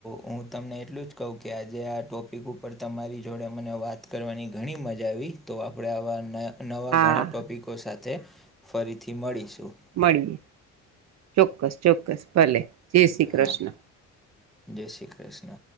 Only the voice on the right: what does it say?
હા
મળીએ, ચોક્કસ, ચોક્કસ, ભલે જય શ્રી કૃષ્ણ